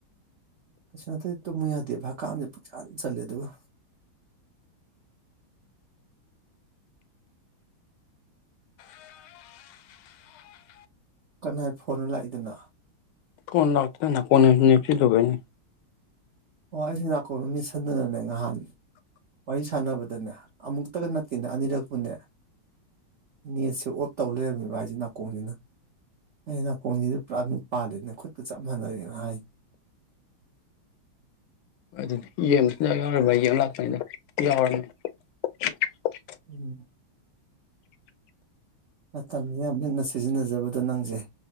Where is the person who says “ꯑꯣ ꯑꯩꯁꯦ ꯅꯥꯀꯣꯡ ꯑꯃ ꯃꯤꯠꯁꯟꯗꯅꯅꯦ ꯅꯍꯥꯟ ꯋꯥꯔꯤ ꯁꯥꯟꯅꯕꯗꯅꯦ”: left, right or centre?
Right